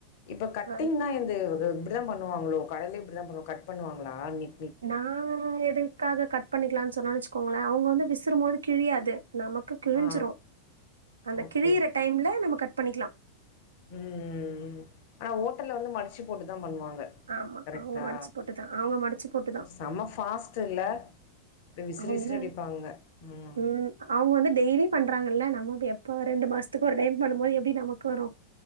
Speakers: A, on the left; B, on the right.
A: இப்ப கட்டிங்
B: ஆ,
A: தா து தா பண்ணுவாங்களோ கடல இப்படிதா கட் பண்ணுவாங்களா நீ
B: நா எதுக்காக கட் பண்ணிக்கலாம்னு சொன்னு வச்சுக்கோங்களே அவுங்க வந்து விச ரும்போது கிழியாது நமக்கு கிழிஞ்சிரு
A: ஆ
B: அந்த
A: ஓகே
B: கிழியிற டைம்ல நம பண்ணிக்கலா
A: உம் உம் ஆனா ஓட்டல்ல வந்து மடிச்சு போட்டு தா பண்ணுவாங்க
B: ஆமா
A: கரெக்டா
B: அவங்க மடிச்சு போட்டுதான் அவங்க மடிச்சு போட்டுதான்
A: செம பாஸ்ட் இல்ல அப்படியே விசிறு
B: அவ்ங்க
A: விசிறு அடிப்பாங்க. ம்.
B: உம் அவ்ங்க வந்து டெய்லி பண்றாங்கல்ல நம்ம எ இப்ப ரெண்டு மாசத்துக்கு ஒரு டைம் பண்ணும்போது எப்டி நமக்கு வரு